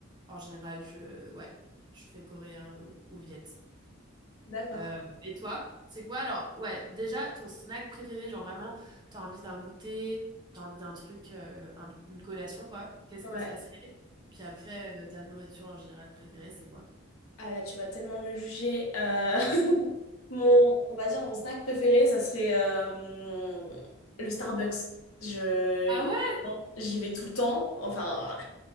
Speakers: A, on the right; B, on the left.
A: en général, je, ouais, je fais coréen ou, ou viet.
B: D'accord.
A: Euh, et toi, c'est quoi alors? Ouais, déjà, ton snack préféré, genre vraiment, t'as envie d'un goûter, t'as envie d'un truc, euh, un- une collation, quoi. Qu'est-ce
B: Ouais.
A: que ça serait? Puis après, euh, ta nourriture en général préférée, c'est quoi?
B: Ah là, tu vas tellement me juger. Euh, <laughs> mon, on va dire mon snack préféré, ça serait euh, le Starbucks. Je,
A: Ah ouais?
B: j'y vais tout le temps. Enfin,